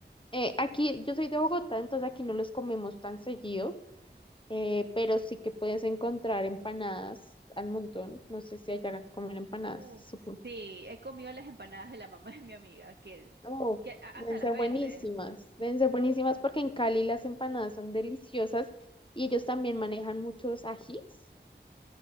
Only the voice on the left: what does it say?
Eh, aquí, yo soy de Bogotá, entonces aquí no los comemos tan seguido, eh, pero sí que puedes encontrar empanadas al montón. No sé si allá comen empanadas,
supongo.
Uf,
deben
ser
buenísimas, deben ser buenísimas porque en Cali las empanadas son deliciosas y ellos también manejan muchos ajís.